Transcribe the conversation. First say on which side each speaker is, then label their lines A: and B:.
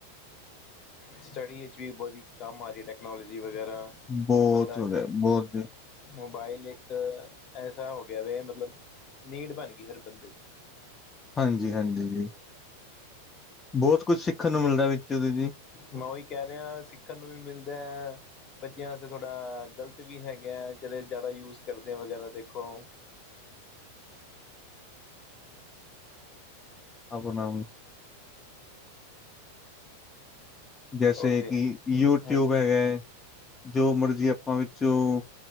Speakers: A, on the left; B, on the left.
A: ਸਟੱਡੀ ਵਿਚ ਵੀ ਬੜੀ ਕੰਮ ਆ ਰੀ ਐ ਟੈਕਨੋਲੋ ਜੀ ਵਗੈਰਾ,
B: ਬਹੁਤ
A: ਬੰਦਾ
B: ਹੋ ਗਿਆ ਬਹੁਤ
A: ਮੋਬਾਇਲ ਏਕ ਐਸਾ ਹੋ ਗਿਆ ਵੇ, ਮਤਲਬ ਨੀਡ ਬਾਨ ਗਈ ਹਰ ਬੰਦੇ ਦੀ।
B: ਹਾਂਜੀ ਜੀ- ਹਾਂਜੀ ਜੀ। ਬੋਤ ਕੁਛ ਸਿੱਖਣ ਨੂੰ ਮਿਲਦਾ ਵਿੱਚੋ ਓਦੇ ਜੀ।
A: ਮੈਂ ਉਈ ਕੈ ਰਿਅ। ਆ ਸਿੱਖਣ ਨੂੰ ਵੀ ਮਿਲਦੈ ਬੱਚਿਆਂ ਵਾਸਤੇ ਥੋੜ੍ਹਾ ਗ਼ਲਤ ਵੀ ਹੈਗੈ ਜੇੜੇ ਜਾਦਾ ਯੂਜ ਕਰਦੇ ਆ ਵਗੈਰਾ ਦੇਖੋ।
B: ਅਪਣਾ- ਅਪ ਜੈਸੇ
A: ਉਹ ਤੇ
B: ਕਿ ਯੂਟਿਊਬ
A: ਹਾਂ
B: ਹੈਗੈ, ਜੋ ਮਰਜ਼ੀ ਆਪਾਂ ਵਿੱਚੋਂ